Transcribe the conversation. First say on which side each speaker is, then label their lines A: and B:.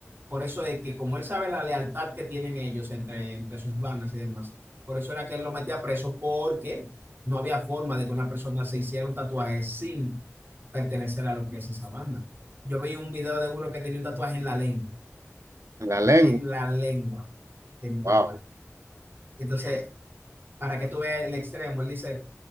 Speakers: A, on the right (about 45°); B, on the right (about 80°).
A: por eso es que como él sabe la lealtad que tienen ellos entre, entre sus bandas y demás, por eso era que él lo metía preso, porque no había forma de que una persona se hiciera un tatuaje sin pertenecer a lo que es esa banda. Yo vi un video de uno que tenía un tatuaje en la lengua,
B: la lengua.
A: en la lengua tenía un
B: Wow.
A: tatuaje. Entonces, para que tú veas el extremo, él dice,